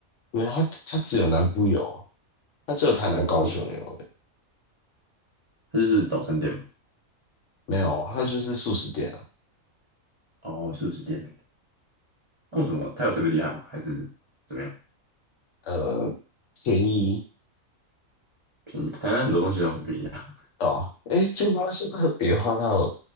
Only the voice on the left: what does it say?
没有，他他只有南部有，他只有台南、
高雄有，
没有，他就是素食店啊
呃，便宜
哦，哎，就不要说特别的话，它有